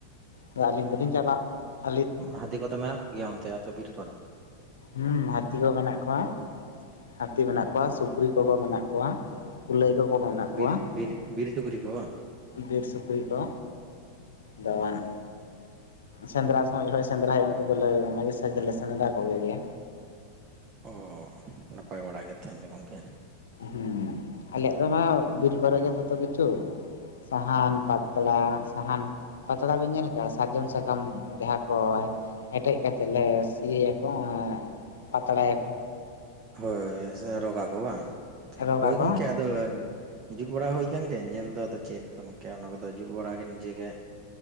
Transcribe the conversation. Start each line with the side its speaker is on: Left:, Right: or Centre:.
Left: ᱛᱚ ᱟᱹᱞᱤᱧ ᱫᱚᱞᱤᱧ ᱪᱟᱞᱟᱜ ᱟᱞᱤᱧ
Right: ᱦᱟᱺᱫᱤ ᱠᱚᱫᱚ ᱢᱮᱱᱟᱜ ᱠᱚᱜᱮᱭᱟ ᱚᱱᱛᱮ ᱟᱯᱮ ᱵᱤᱨ ᱠᱚᱨᱮ ᱫᱚ
Left: ᱦᱩᱸ ᱦᱟᱹᱛᱤ ᱠᱚ ᱢᱮᱱᱟᱜ ᱠᱚᱣᱟ ᱦᱟᱹᱛᱤ ᱢᱮᱱᱟᱜ ᱠᱚᱣᱟ ᱥᱩᱠᱨᱤ ᱠᱚᱠᱚ ᱢᱮᱱᱟᱜ ᱠᱚᱣᱟ᱾ ᱠᱩᱞᱟᱹᱭ ᱠᱚᱠᱚ ᱢᱮᱱᱟᱜ ᱠᱚᱣᱟ᱾
Right: ᱵᱤᱨ ᱵᱤᱨ ᱵᱤᱨ ᱥᱩᱠᱨᱤ ᱠᱚ ᱵᱟᱝ?
Left: ᱵᱤᱨ ᱥᱩᱠᱨᱤ ᱠᱚ ᱫᱟᱣᱟᱱᱟ᱾
Right: ᱚ
Left: ᱥᱮᱸᱫᱽᱨᱟ ᱥᱚᱢᱚᱭ ᱡᱚᱦᱚᱡ ᱥᱮᱸᱫᱽᱨᱟ ᱦᱩᱭᱩᱜᱼᱟ, ᱩᱱᱠᱩ ᱠᱚᱞᱮ ᱢᱟᱡᱷᱮ ᱥᱟᱸᱡᱦᱮ ᱞᱮ ᱥᱮᱸᱫᱽᱨᱟ ᱠᱚᱜᱮ ᱜᱮᱭᱟ᱾
Right: ᱚ ᱱᱟᱯᱟᱭ ᱵᱟᱲᱟ ᱜᱮ ᱛᱟᱦᱚᱞᱮ ᱜᱚᱝᱠᱮ
Left: ᱦᱮᱸ ᱟᱞᱮᱭᱟᱜ ᱫᱚ ᱢᱟ ᱵᱤᱨ ᱠᱚᱨᱮ ᱜᱮ ᱡᱷᱚᱛᱚ ᱠᱤᱪᱷᱩ ᱥᱟᱦᱟᱱ ᱯᱟᱛᱲᱟ ᱥᱟᱦᱟᱱ ᱯᱟᱛᱲᱟ ᱵᱤᱱ ᱧᱮᱞ ᱠᱟᱜᱼᱟ ᱥᱟᱨᱡᱚᱢ ᱥᱟᱠᱟᱢ ᱡᱟᱦᱟᱸ ᱠᱚ ᱦᱮᱴᱮᱡ ᱠᱟᱛᱮᱫ ᱞᱮ ᱥᱤᱭᱟᱹᱭᱟ ᱠᱚ, ᱯᱟᱛᱲᱟᱭᱟ ᱠᱚ,
Right: ᱦᱳᱭ ᱨᱚᱜᱟ ᱠᱚ ᱵᱟᱝ
Left: ᱨᱚᱜᱟᱠᱚ
Right: ᱦᱳᱭ ᱜᱚᱢᱠᱮ ᱟᱫᱚ᱾ ᱡᱩᱛ ᱵᱟᱲᱟ ᱦᱳᱭ ᱠᱟᱱ ᱜᱮ ᱧᱮᱞ ᱫᱚ ᱟᱫᱚ ᱪᱮᱫ ᱜᱚᱝᱠᱮ ᱚᱱᱟ ᱠᱚᱫᱚ ᱡᱩᱛ ᱵᱟᱲᱟᱜ ᱜᱮ ᱱᱤᱡᱮ ᱜᱮ